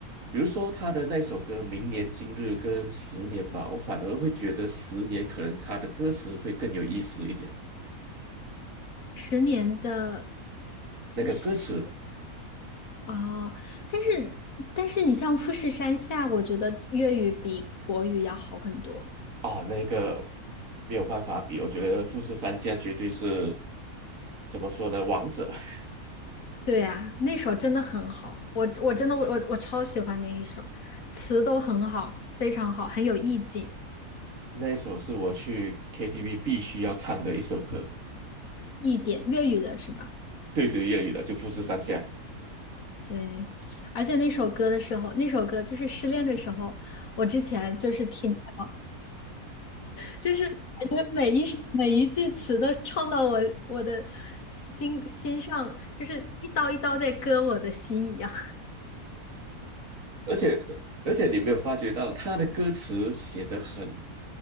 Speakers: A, on the right; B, on the left.
A: 比如说他的那首歌《明年今日》跟《十年》吧，我反而会觉得《十年》可能他的歌词会更有意思一点。
B: 十年的，
A: 那个歌词
B: 是啊，哦但是但是你像富士山下，我觉得粤语比国语要好很多。
A: 啊，那个没有办法比，我觉得富士山家绝对是怎么说呢，王者。<laughs>
B: 对呀，那首真的很好，我我真的我我我超喜欢那一首，词都很好，非常好，很有意境，
A: 那首是我去 KTV 必须要唱的一首歌。
B: 一点，粤语的是吧？
A: 对对，粤语的就富士山下，
B: 对，而且那首歌的时候，那首歌就是失恋的时候，我之前就是听到，就是感觉每一每一句词都唱到我我的心心上，就是一刀一刀在割我的心一样。
A: 而且而且你有没有发觉到他的歌词写得很